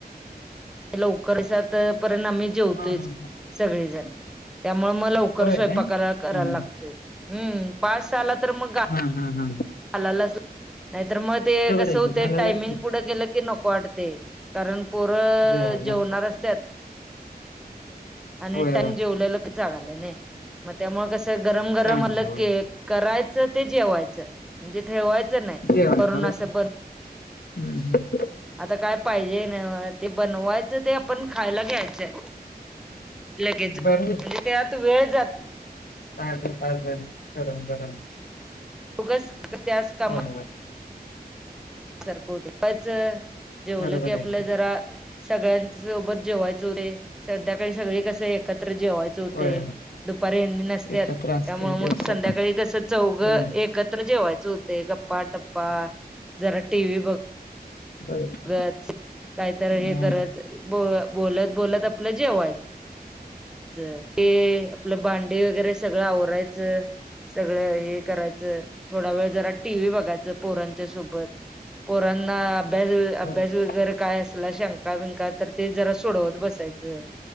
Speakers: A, in the centre; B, on the left.
A: लवकर सात पर्यंत आम्ही जेवतोयच
B: हा हा हा
A: सगळेजण त्यामुळे मग लव कर
B: होय
A: स्वयंपाक
B: ना
A: करायला
B: हा
A: लागतोय हम्म पाच सहाला तर मग.
B: हम्म हम्म हम्म
A: घालायलाच लागतंय नाहीतर मग ते कसं
B: आहे की
A: होतंय
B: घालायलाच
A: टायमिंग
B: पाहिजे
A: पुढं गेलं की नको वाटतंय कारण पोरं.
B: जेवायला
A: जेवणार असत्यात
B: होय
A: आणि टाम
B: होय
A: जेवलेल चांगल नाही. मग त्यामुळं कसं गरम गरम
B: चांगलं
A: आलं
B: होय
A: केक करायचं ते जेवायचं. म्हणजे ठेवायचं नाही
B: जेवायला
A: करुना
B: बस
A: असं ब.
B: हम्म हम्म
A: आता काय पाहिजे नव्ह ते बनवायचं ते आपण खायला घ्यायचंय. लगेच
B: बर
A: म्हणजे त्यात वेळ जात.
B: काय <unintelligible> गरम गरम
A: उगाच त्याचं कामात
B: होय होय
A: च जेवलं
B: बरोबर
A: की आपल
B: आहे
A: जरा. सगळ्यांन सोबत जेवायच होतंय संध्याकाळी सगळी कसं एकत्र जेवायच.
B: होय होय
A: दुपारी हयानी नसत्यात
B: एकत्र असतोय
A: त्यामुळं मग
B: दिवसात
A: संध्याकाळी कस चौघ एकत्र
B: होय
A: जेवायच होतय गप्पा टप्पा जरा टीव्ही बघ.
B: बरोबर
A: ब काहीत
B: हं
A: हे करत ब बोलत बोलत आपलं जेवायच ते आपलं भांडे वगैरे सगळं आवरायचं सगळं हे करायचं थोडा वेळ जरा टीव्ही बघायचं पोरांच्या सोबत पोरांना अभ्यास
B: बरोबर
A: अभ्यास वगैरे काय असेल शंका बिंका तर ते जरा सोडवत बसायचं